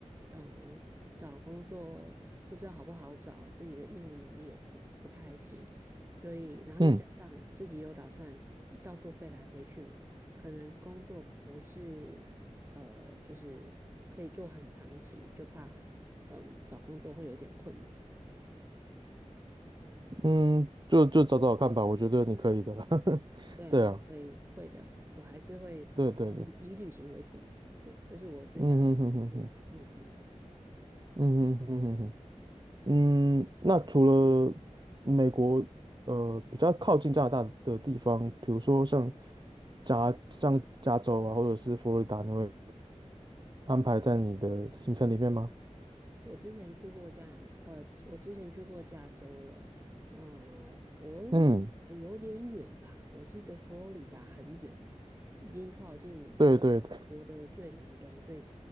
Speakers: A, on the right; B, on the right.
A: 嗯，找工作不知道好不好找，自己的英文能力也不不太行，所以然后又加上自己又打算一到处飞来飞去嘛，
B: 嗯。
A: 可能工作不是呃，就是可以做很长期，就怕嗯找工作会有点困难。
B: 嗯，就就找找看吧，我觉得你可以的啦。<laughs>
A: 对，
B: 对啊，
A: 所以会的，我还是会以以旅行为主。
B: 对对对，
A: 对，这是我最大的目目的。
B: 嗯哼哼哼哼，嗯哼哼哼哼，嗯，那除了美国，呃，比较靠近加拿大的地方，比如说像加像加州啊，或者是佛罗里达，你会安排在你的行程里面吗？
A: 我之前去过加拿，呃，我之前去过加州了，呃，佛罗里达有点远吧？
B: 嗯，
A: 我记得佛罗里达很远呢，已经靠近
B: 对对对，
A: 我的最南端，所以